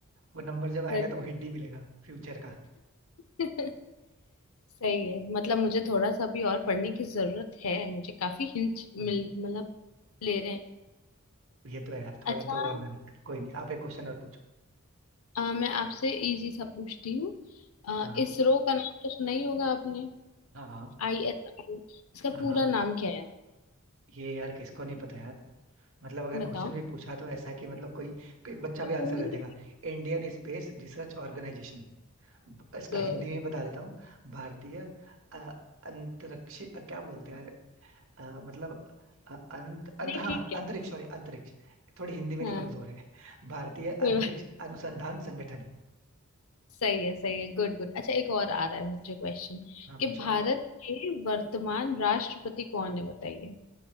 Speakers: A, on the right; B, on the left.
A: वो नंबर जब आएगा
B: बढ़िया,
A: तो वो हिंट ही मिलेगा फ्यूचर का
B: सच सही है मतलब मुझे थोड़ा सा भी और पढ़ने की जरूरत है मुझे काफी हिंट
A: हम्म।
B: मिल मतलब ले रहे हैं
A: ये तो है यार थोड़ा
B: अच्छा
A: तो और मेहनत कर कोई नहीं आप एक क्वेश्चन और पूछो
B: अ, मैं आपसे इजी सा पूछती हूँ अ,
A: हाँ
B: इसरो का नाम तो सुना ही होगा आपने
A: हाँ हाँ
B: आई एस आर ओ। इसका
A: हाँ
B: पूरा
A: हाँ
B: नाम क्या है
A: ये यार किसको नहीं पता यार मतलब अगर
B: बताओ
A: क्वेश्चन भी पूछा तो ऐसा कि मतलब कोई एक बच्चा भी आंसर
B: पूरी
A: दे देगा Indian Space Research Organisation इसका
B: बताओ
A: हिंदी में बता देता हूँ भारतीय अ, अंतरिक्ष अ, क्या बोलते हैं यार अ, मतलब अ, अंत अंत
B: नहीं
A: हाँ
B: ठीक
A: अंतरिक्ष सॉरी अंतरिक्ष थोड़ी हिंदी मेरी
B: हाँ
A: कमजोर है भारतीय अंतरिक्ष
B: कोई बात-
A: अनुसंधान संगठन
B: सही है सही है गुड गुड अच्छा एक और आ रहा है मुझे क्वेश्चन
A: हाँ
B: कि
A: पूछो
B: भारत के वर्तमान राष्ट्रपति कौन है बताइए